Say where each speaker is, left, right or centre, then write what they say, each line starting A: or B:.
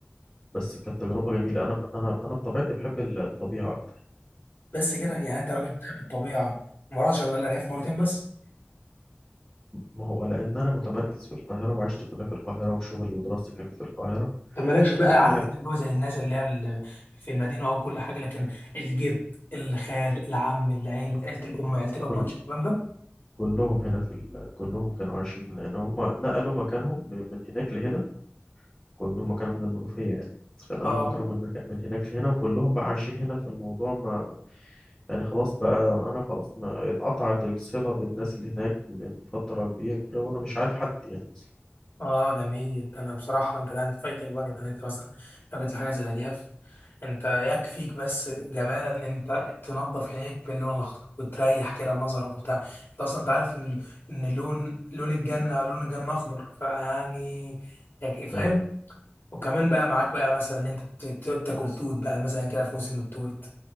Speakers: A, on the left; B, on the left.
A: بس كانت تجربه جميله انا ب... انا انا بطبيعتي بحب الطبيعه اكتر
B: بس كده يعني انت راجل بتحب الطبيعه ما رحتش الا الارياف مرتين بس
A: ما هو لأن أنا متمركز في القاهرة وعشت كلها في القاهرة وشغلي ودراستي كانت في القاهرة
B: طب مالكش بقى
A: فكل
B: عارف انت اللي هو زي الناس اللي هي ال- في المدينه او كل حاجه لكن الجد الخال العم العيله عيله الام عيله الاب
A: كل
B: مالكش الكلام ده
A: كلهم هنا في ال... كلهم كانوا عايشين هنا لأن هم نقلوا مكانهم من من هناك لهنا كلهم هم كانوا من المنوفية يعني فنقلوا
B: اه
A: مكانهم من, مكان... من هناك لهنا وكلهم بقى عايشين هنا فالموضوع ما يعني خلاص بقى أنا خلاص ما انقطعت الصلة بالناس اللي هناك من فترة كبيرة وأنا مش عارف حد يعني أصلا
B: اه جميل انا بصراحه انت لا انت فايتك بقى يعني انت مثلا لو جت لحاجه زي الهدياف انت يكفيك بس جمالا ان انت تنظف عينيك باللون الاخضر وتريح كده نظرك وبتاع انت اصلا انت عارف ان ان لون لون الجنه لون الجنه اخضر فيعني يعني فاهم
A: أيوه
B: وكمان بقى معاك بقى مثلا ان انت ت- ت- تاكل توت بقى مثلا كده في موسم التوت